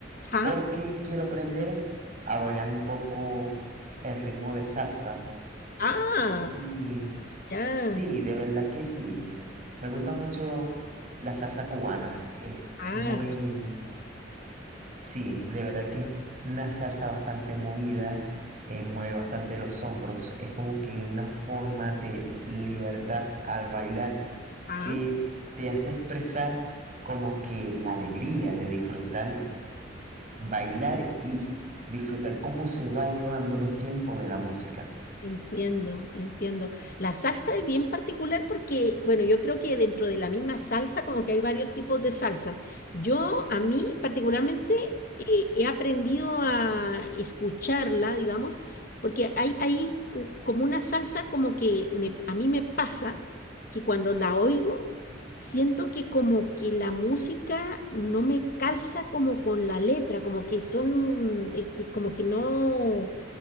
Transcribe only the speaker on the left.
ah,
ah,
ya,
ah,
ah.
Entiendo, entiendo. La salsa es bien particular porque, bueno, yo creo que dentro de la misma salsa como que hay varios tipos de salsa. Yo, a mí particularmente, eh, he aprendido a escucharla, digamos, porque hay, hay u- como una salsa como que me, a mí me pasa que cuando la oigo, siento que como que la música no me calza como con la letra, como que son, eh, eh, como que no